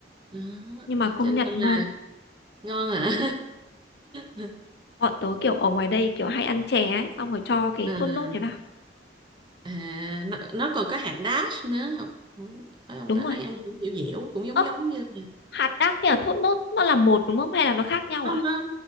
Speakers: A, on the right; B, on the left.
A: đó
B: nhưng
A: ờ,
B: mà công
A: cho nên
B: nhận ngon
A: là ngon à <laughs>
B: bọn tớ kiểu ở ngoài đây kiểu hay ăn chè ấy xong rồi cho cái
A: à,
B: thốt nốt đấy vào
A: à nó, nó còn có hạt đác nữa không Ủa, phải không
B: đúng
A: ta
B: rồi
A: nó ăn cũng dẻo dẻo cũng giống
B: ơ
A: giống như
B: hạt đác với cả thốt nốt nó là một đúng không hay là nó khác nhau
A: không
B: à
A: không